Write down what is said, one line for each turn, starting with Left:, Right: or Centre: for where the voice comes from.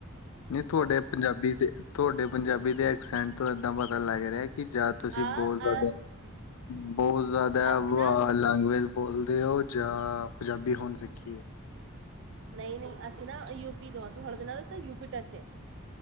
Left: ਨਹੀਂ ਤੁਆਡੇ ਪੰਜਾਬੀ ਦੇ ।ਤੁਆਡੇ- ਪੰਜਾਬੀ ਦੇ ਐਕਸੈਂਟ ਤੋਂ ਇੱਦਾਂ ਪਤਾ ਲੱਗ ਰਿਆ- ਕਿ ਜਾ ਤੁਸੀਂ
Right: ਆ
Left: ਬਹੁਤ ਜ਼ਿਆਦਾ- ਉਹ ਜ਼ਾਦਾ
Right: ਅਸੀਂ
Left: ਵ
Right: ਨਾ
Left: ਲੈਂਗੁਏਜ- ਬੋਲਦੇ ਓ ਜਾਂ ਪਜਾਬੀ ਹੋਣ ਸਿੱਖੀ ਏ।
Right: ਨਹੀਂ ਨਹੀਂ ਅਸੀਂ ਅਸੀ ਨਾ ਯੂ ਪੀ ਤੋਂ ਥੋੜਾ ਜਿਹਾ ਨਾ ਯੂ ਪੀ ਟਚੇ ਏ।